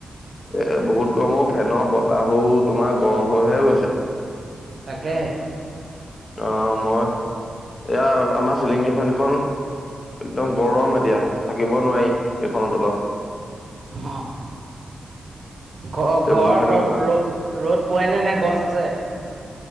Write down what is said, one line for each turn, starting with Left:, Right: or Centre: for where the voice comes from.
Left: এ বহুত গমোৰ ফেনৰ বতাহো তোমাৰ গৰম হৈহে গৈছে।
Right: তাকে।
Left: অ মই এয়া আমাৰ চিলিঙি ফেনখন একদম গৰম এতিয়া, থাকিব নোৱাৰি সেইখনৰ তলত।
Right: হ ঘ-ঘৰত
Left: টেবুল ফেন কেইখন
Right: ৰদ-ৰ-ৰ'দ পোৱাই নে নাই গছ আছে।